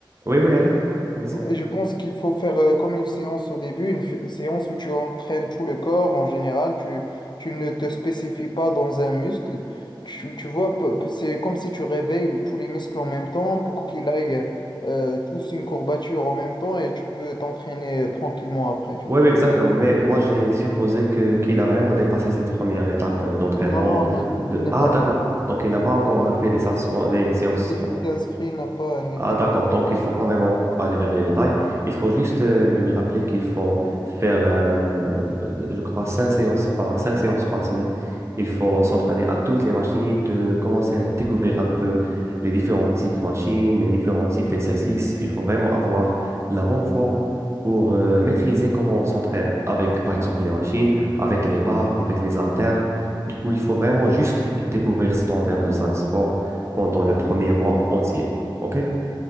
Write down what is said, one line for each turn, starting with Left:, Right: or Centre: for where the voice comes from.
Right: Oui, oui, allez, allez-y.
Left: Et je pense qu'il faut faire euh, comme une séance au début, une, f- une séance où tu entraînes tout le corps en général, tu, tu ne te spécifies pas dans un muscle. Tu, tu vois, pe- pe- c'est comme si tu réveilles tous les muscles en même temps pour qu'ils aillent euh, tous une courbature en même temps et tu peux t'entraîner euh, tranquillement après, tu
Right: Oui,
Left: vois.
Right: oui, exactement. Mais moi, j'ai supposé que qu'il a vraiment dépassé cette première étape euh, d'entraînement.
Left: Non, non, non, il
Right: De...
Left: n'est
Right: Ah,
Left: pas
Right: d'accord.
Left: encore.
Right: Donc, il n'a pas encore euh, fait des, salles sport- des séances
Left: Il s'est juste inscrit, il n'a pas, il n'est
Right: Ah,
Left: pas
Right: d'accord.
Left: parti.
Right: Donc, il faut pas vraiment aller vers les détails. Il faut juste euh, lui rappeler qu'il faut faire, euh, euh, je crois, cinq séances par, cinq séances par semaine. Il faut s'entraîner à toutes les machines, de commencer à découvrir un peu les différents types de machines, les différents types d'exercices. Il faut vraiment avoir la bonne forme pour euh, maîtriser comment on s'entraîne avec, par exemple, les machines, avec les barres, avec les haltères. Du coup, il faut vraiment juste découvrir cet envers de salle de sport pendant le premier mois entier. OK?